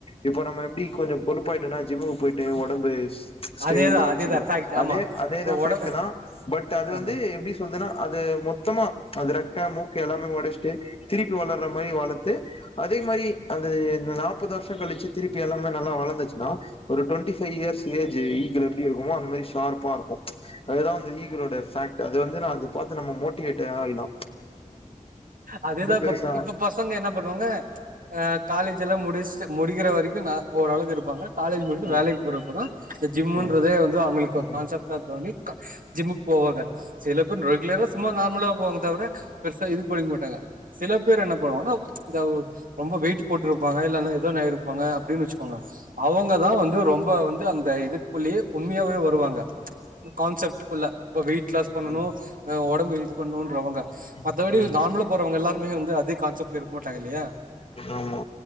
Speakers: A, on the left; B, on the right.
A: இப்ப நம்ம எப்பிடி கொஞ்ச கொழுப் ஆய்ட்டோன்னா ஜிம்முக்கு போயிட்டு ஒடம்பு ஸ்ட்ரெய்ட்டா
B: அதேதா அதேதா
A: வச்சுக்கிறோ
B: ஃபேக்ட் ஆமா
A: அதே அதேதா
B: இப்ப
A: ஃபேக்ட்
B: ஒட
A: தா பட் அது
B: ஆமா
A: வந்து எப்பிடி சொல்துன்னா அது மொத்தமா அது ரெக் க்க மூக்கு எல்லாமே ஒடைச்சிட்டு திருப்பி வளர்ற மாரி வளர்த்து அதே மாரி அது நாப்பது வருஷம் கழிச்சு திருப்பி எல்லாமே நல்ல வளர்ந்துச்சுனா ஒரு twenty five years age eagle எப்பிடி இருக்குமோ அந்த மாரி ஷார்ப்பா இருக்கு அதுதா வந்து ஈகிளோட ஃபாக்ட்டு அது வந்து நா அதப் பார்த்து நம்ம மோட்டிவேட் ஆகினு
B: அதேதா இப்ப
A: பெருசா
B: இப்ப பசங்க என்ன பண்ணுவாங்க ஆ காலேஜ் எல்லா முடிச் சு முடிகிற வரைக்கு தா ஓரளவு இருப்பாங்க காலேஜ் முடிச்சி
A: ம் ம்
B: வேலைக்கு போறப்ப தா ஜிம்ன்றதே
A: ம்
B: வந்து அவங்களுக்கு ஒரு
A: ம் ம் ம்
B: கான்செப் டா தோணி ஜிம்முக்கு போவாங்க சில பேர் ரெகுலர சும்மா நார்மலா போவாங்க தவிர பெருசா இது பண்ணிக்க மாட்டாங்க சில பேர் என்ன பண்ணுவாங்க ரொம்ப வெயிட் போட்டுருப்பாங்க இல்லனு ஏதோனு இருப்பாங்க அப்டின்னு வச்சுக்கோங்க அவங்க தா வந்து ரொம் ம்ப வந்து அந்த இதுக்குள்ளேயே உண்மையாவே வருவாங்க கான்செப்ட்டுக்குள்ள இப்ப வெயிட் லாஸ் பண்ணனு
A: ம் ம்
B: ஒடம்பு இது பண்ணணும்ன்றவங்க மத்தப்படி
A: ம் ம்
B: நார்மலா போறவங்க எல்லாருமே வந்து அதே கான்செப்ட்ல இருக்க மாட்டாங்க இல்லையா
A: ஆமா